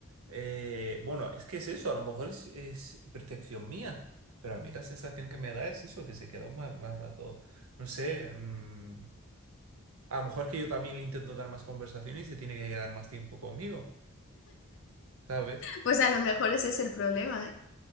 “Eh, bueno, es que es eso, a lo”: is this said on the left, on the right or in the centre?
Right